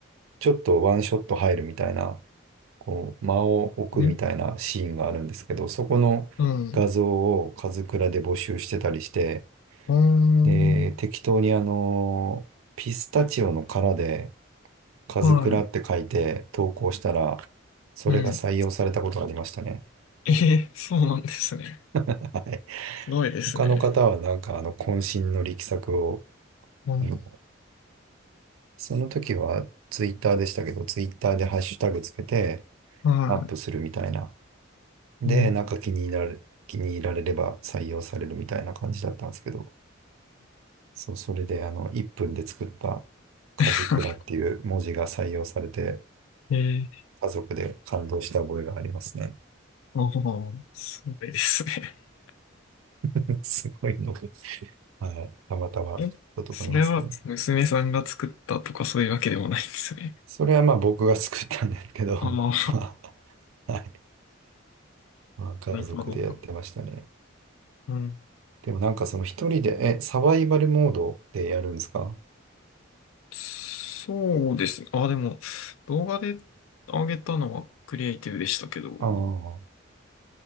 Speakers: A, on the right; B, on the left.
A: ちょっとワンショット入るみたいな、こう、間を置くみたいなシーンがあるんですけど、
B: ん
A: そこの画像をカズクラで募集してたりして、
B: うんうんうーん。
A: で、適当にあの、ピスタチオの殻で、カズクラって書いて投稿したら、
B: はい。
A: それが採用されたことがありましたね。
B: うん。えーそうなんですね。
A: <laughs> はい。
B: すごいですね。
A: 他の方はなんかあの渾身の力作を、
B: うん。
A: あのその時はツイッターでしたけど、ツイッターでハッシュタグつけて
B: は
A: アップするみたいな。で、
B: い。うん。
A: なんか気に入られ、気に入られれば採用されるみたいな感じだったんですけど、そう、それであの1分で作ったカズクラっていう文字が採用されて、
B: <laughs> ええ、
A: 家族で感動した覚えがありますね。
B: おーすごいですね。
A: <laughs> すごいの。はい、たまたまだと思いますけど。
B: え、それは娘さんが作ったとかそういうわけでもないんですね。
A: それはまあ僕が作ったんですけど、
B: ああ、
A: <laughs> まあ、はい。まあ家族でやってましたね。
B: なるほど。うん。
A: でもなんかその一人で、え、サバイバルモードでやるんですか
B: そうですね。あ、でも、動画で上げたのはクリエイティブでしたけども。
A: ああー、